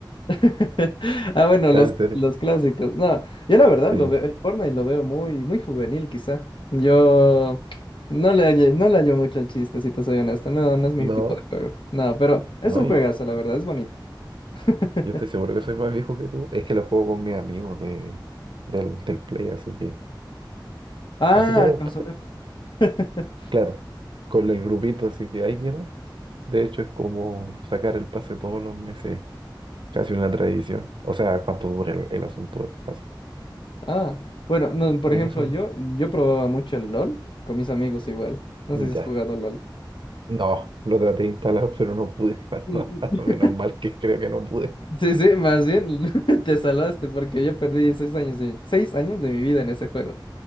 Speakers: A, on the left; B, on the right.
A: <laughs> Ah, bueno, los,
B: Ah, en serio,
A: los clásicos. No, yo la verdad
B: sí.
A: lo veo, el Fortnite lo veo muy, muy juvenil quizá. Yo no le, halle- no le hallo mucho al chiste, si te soy honesto. No, no es mi
B: No,
A: tipo de juego. No, pero es
B: no,
A: un
B: yo,
A: juegazo, la verdad,
B: yo,
A: es bonito. <laughs>
B: yo estoy seguro que soy más viejo que tú, es que lo juego con mis amigos de, del, del Play, así que,
A: Ah,
B: así quedó,
A: consola. <laughs>
B: claro, con el grupito, así que ahí quedó. De hecho, es como sacar el pase todos los meses, casi una tradición. O sea, cuánto dura el, el asunto del pase.
A: Ah, bueno, no, por
B: Y
A: ejemplo,
B: en eso,
A: yo, yo probaba mucho el LOL con mis amigos igual. No
B: ya.
A: sé si has jugado LOL.
B: No, lo traté de instalar, <laughs> pero no pude. <laughs>
A: Mm,
B: No,
A: mm.
B: menos
A: mm.
B: mal que creo que no pude.
A: Sí, sí, más bien <laughs> te salvaste porque yo perdí seis años, de- seis años de mi vida en ese juego.